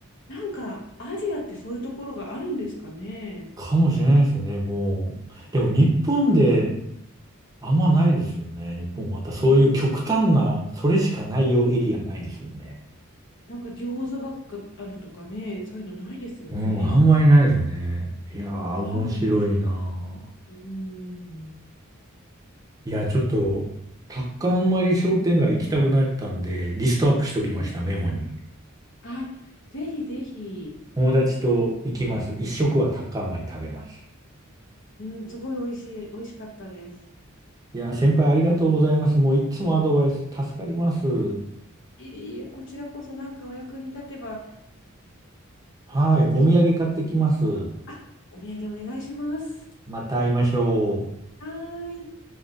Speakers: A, on the left; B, on the right.
A: なんかアジアってそういうところがあるんですかね。
B: かもしれないですよね、もう。でも日本で
A: うん
B: あんまないですよね。日本またそういう極端な、
A: ね
B: それしかないようエリアないですよね。
A: なんか餃子ばっかあるとかね、そういうのないですよね。
B: うん、あんまりないですね。いやー、面白いな
A: ラーメンだけだ。
B: ー。
A: うん。
B: いや、ちょっと、タッカンマリ商店街行きたくなったんで、リストアップしときました、
A: うん
B: メモに。
A: あ、ぜひぜひ。
B: 友達と行きます。一食はタッカンマリ食べます。
A: うん、すごい美味しい、美味しかったです。
B: いやー、先輩ありがとうございます。もういつもアドバイス助かります。
A: いえいえ、こちらこそなんかお役に立てば、
B: はい、お土産買ってきます。
A: ぜひ、ね、あ、お土産お願いします。
B: また会いましょう。
A: はーい。